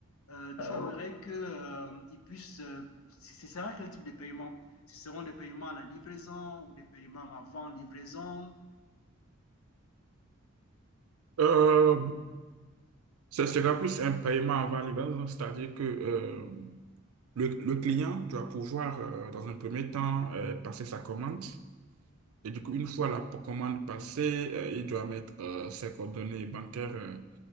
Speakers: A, on the left (about 85°); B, on the right (about 85°).
A: euh, tu aimerais que, euh, il puisse, euh, ce sera quel type de paiement? Ce seront des paiements à la livraison ou des paiements avant livraison?
B: Euh, Ce sera plus un paiement avant livraison, c'est-à-dire que euh, le, le client doit pouvoir, euh, dans un premier temps, euh, passer sa commande. Et du coup, une fois la p- commande passée, euh, il doit mettre euh, ses coordonnées bancaires euh,